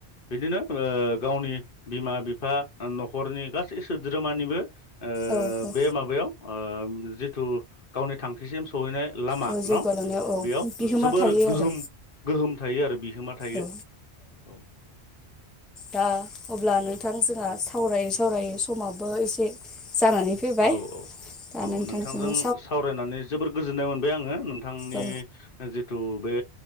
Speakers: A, on the left; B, in the centre.
A: बिदिनो गावनि बिमा बिफा न'खरनि गासै सोद्रोमानिबो ओ
B: औ औ
A: बे माबायाव ओ जिथु गावनि थांखिसिम सहैनाय लामा
B: जौगालांनायाव
A: न
B: औ
A: बेयाव
B: बिहोमा
A: जोबोर
B: थायो
A: गोहोम
B: आरो
A: गोहोम थायो आरो बिहोमा थायो
B: औ
A: औ
B: दा अब्ला नोंथां जोंहा सावरायो समाबो एसे जानानै फैबाय
A: औ औ
B: दा
A: औ
B: नोंथांजोंनो
A: नोंथांजों सावरायनानै जोबोर गोजोननाय मोनबाय आङो नोंथांनि
B: औ
A: जिथु बे